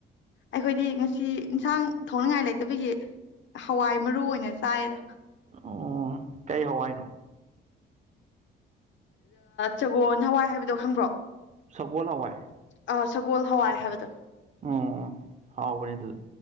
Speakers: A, on the left; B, on the right.
A: ꯑꯩꯈꯣꯏꯗꯤ ꯉꯁꯤ ꯏꯟꯁꯥꯡ ꯊꯣꯡꯅꯤꯡꯉꯥꯏ ꯂꯩꯇꯕꯒꯤ ꯍꯋꯥꯏ ꯃꯔꯨ ꯑꯣꯏꯅ ꯆꯥꯏꯗ
B: ꯎꯝ ꯀꯩ ꯍꯋꯥꯏꯅꯣ
A: ꯆꯒꯣꯜ ꯍꯋꯥꯏ ꯍꯥꯏꯕꯗꯣ ꯈꯪꯕ꯭ꯔꯣ
B: ꯁꯒꯣꯜ ꯍꯋꯥꯏ
A: ꯑ ꯁꯒꯣꯜ ꯍꯋꯥꯏ ꯍꯥꯏꯕꯗ
B: ꯑꯣꯝ ꯍꯥꯎ ꯀꯅꯤꯗꯁꯨ